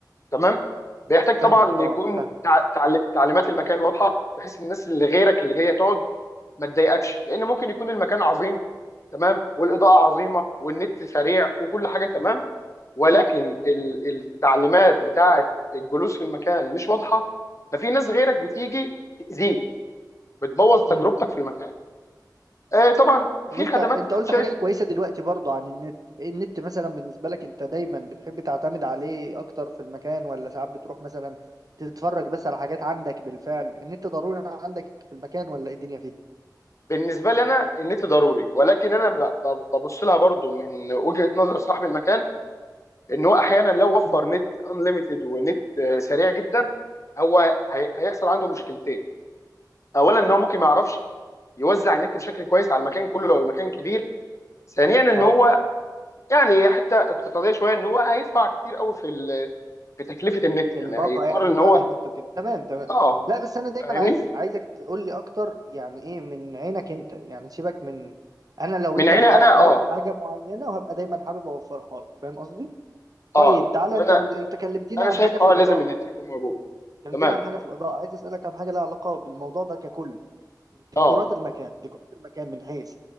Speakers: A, on the left; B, on the right.
A: تمام بيحتاج طبعا
B: فاهمك
A: ان
B: أه
A: يكون
B: فاهمك
A: تع- تعل- تعليمات المكان واضحه بحيث الناس اللي غيرك اللي جايه تقعد ما تضايقكش لان ممكن يكون المكان عظيم تمام والاضاءه عظيمه والنت سريع وكل حاجه تمام ولكن ال- التعليمات بتاعه الجلوس في المكان مش واضحه ففي ناس غيرك بتيجي تاذيك بتبوظ تجربتك
B: امم
A: في المكان آه طبعا
B: طب
A: في
B: انت
A: خدمات
B: انت
A: انا
B: قلت
A: شايف
B: حاجة كويسة دلوقتي برضو عن النت ايه النت مثلا بالنسبة لك انت دايما بتحب تعتمد عليه اكتر في المكان ولا ساعات بتروح مثلا تتفرج بس على حاجات عندك بالفعل النت ضروري عندك في المكان ولا ايه الدنيا فيه
A: بالنسبه لي انا النت ضروري ولكن انا ب- ب- ببص لها برضو من وجهه نظر صاحب المكان ان هو احيانا لو وفر
B: مم.
A: نت انليمتد ونت آه، سريع جدا هو هي- هيحصل عنده مشكلتين اولا ان هو ممكن ما يعرفش يوزع النت بشكل كويس على المكان كله لو المكان كبير ثانيا ان
B: اه
A: هو يعني حتى اقتصاديه شويه ان هو هيدفع كتير قوي في ال- في تكلفه النت
B: في
A: يعني
B: الباقة
A: هيضطر
B: يعني
A: ان
B: بتاعت
A: هو
B: النت وكده تمام تمام
A: اه
B: لا بس انا دايما
A: فاهمني
B: عايز عايزك تقول لي اكتر يعني ايه من عينك انت يعني سيبك من انا لو
A: من
B: انت
A: عيني
B: ح-
A: انا
B: حابب
A: اه
B: حاجة معينة وهبقى دايما حابب اوفرها لك فاهم قصدي طيب
A: اه
B: تعالى
A: انا
B: انت انت كلمتني
A: انا
B: عن
A: شايف
B: حاجة في
A: اه
B: الإضاءة
A: لازم النت يكون موجود
B: كلمتني
A: تمام
B: عن حاجة في الإضاءة عايز أسألك عن حاجة لها علاقة بالموضوع ده ككل ديكورات
A: اه
B: المكان ديكورات المكان من حيث